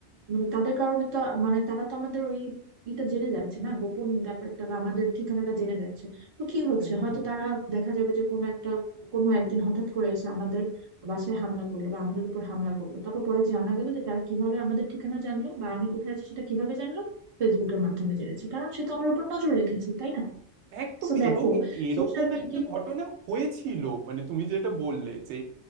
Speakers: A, on the right (about 50°); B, on the right (about 85°).
A: মানে তাদের কারণে তো মানে তারা তো আমাদের ওই এটা জেনে যাচ্ছে না গোপন ব্যাপারটা বা আমাদের ঠিকানাটা জেনে যাচ্ছে তো কি হচ্ছে
B: একদম
A: হয়তো তারা দেখা যাবে যে কোনো একটা কোনো একদিন হঠাৎ করে এসে আমাদের বাসায় হামলা করলো বা আমাদের উপর হামলা করলো তারপর পরে জানা গেল যে তারা কিভাবে আমাদের ঠিকানা জানলো বা আমি কোথায় আছি সেটা কিভাবে জানলো ফেসবুকের মাধ্যমে জেনেছে কারণ সে তো আমার উপর নজর রেখেছে তাই না
B: একদম
A: তো দেখো
B: এবং এরকম
A: সোশ্যাল মিডিয়া
B: একটা ঘটনা হয়েছিল মানে তুমি যেটা বললে যে